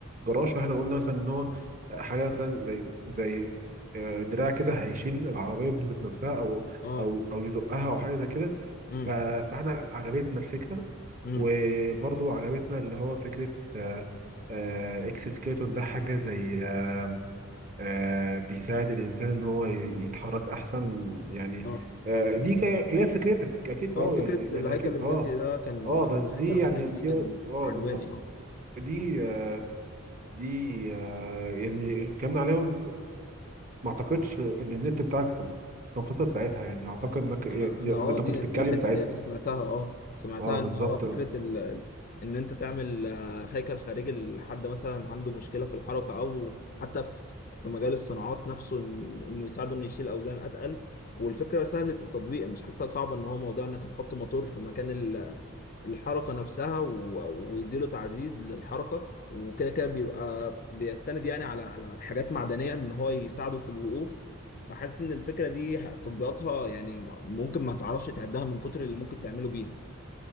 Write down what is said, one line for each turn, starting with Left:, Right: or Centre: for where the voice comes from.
Right: جراج فاحنا قلنا مثلا ان هو حاجه مثلا زي زي آه، دراع كده هيشيل العربيه من ذات نفسها او
Left: اه
Right: او او يزقها او حاجه زي كده
Left: امم
Right: ف- فاحنا عجبتنا الفكره
Left: امم
Right: وبرضو عجبتنا اللي هو فكره آه، آه، اكس سكيلتون ده حاجه زي آه، آه، بيساعد الإنسان إن هو ي- يتحرك أحسن يعني
Left: اه
Right: آه، دي ك- خلاف فكرتك أكيد
Left: اه
Right: أه
Left: فكرة
Right: يعني يعني
Left: الهيكل
Right: أكيد
Left: الذكي
Right: أه
Left: ده كان
Right: أه بس
Left: الهيكل
Right: دي
Left: الخارجي
Right: يعني دي
Left: دي كان
Right: أه
Left: عجباني
Right: بالظبط
Left: اه
Right: دي آه، دي آه، يعني اتكلمنا عليهم ما أعتقدش إن النت بتاعك كان كان فصل ساعتها يعني أعتقد إنك ي-
Left: انا
Right: ي-
Left: انا اه
Right: ده أنت
Left: دي
Right: كنت بتتكلم
Left: دي الحتة
Right: ساعتها
Left: دي انا سمعتها اه سمعتها
Right: أه بالظبط
Left: ان هو فكرة ال... ال- ان انت تعمل آه، هيكل خارجي لحد مثلا عنده مشكلة في الحركة او حتى في في مجال الصناعات نفسه إن- انه يساعده انه يشيل اوزان اتقل والفكرة سهلة التطبيق مش حاسسها صعبة ان هو موضوع انك هتحط موتور في مكان الحركة نفسها و- ويديله تعزيز للحركة وكده كده بيبقى بيستند يعني على على حاجات معدنية ان هو يساعده في الوقوف فحاسس ان الفكرة دي ه- تطبيقاتها يعني م- ممكن ما تعرفش تعدها من كتر اللي ممكن تعمله بيها